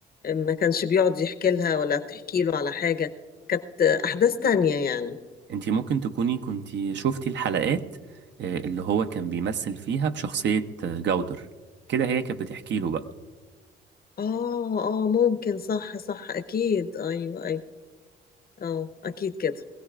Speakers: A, on the left; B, on the right.
A: ما كانش بيقعد يحكي لها ولا بتحكي له على حاجه كانت احداث تانية يعني
B: انتي ممكن تكوني كنتي شفتي الحلقات آه، اللي هو كان بيمثل فيها بشخصيه آه، جودر كده هي كانت بتحكي له بقى
A: اه اه ممكن صح صح اكيد ايوه ايوه اه اكيد كده